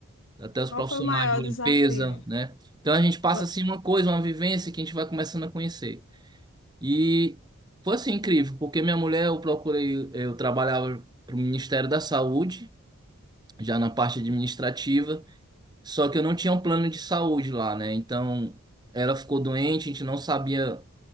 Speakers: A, on the right (about 20°); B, on the left (about 55°).
A: até os
B: qual
A: profissionais
B: foi o maior
A: de limpeza,
B: desafio?
A: né? Então a gente passa
B: Vo-
A: assim uma coisa, uma vivência que a gente vai começando a conhecer. E foi assim incrível, porque minha mulher eu procurei, eu trabalhava para o Ministério da Saúde, já na parte administrativa, só que eu não tinha um plano de saúde lá, né? Então ela ficou doente, a gente não sabia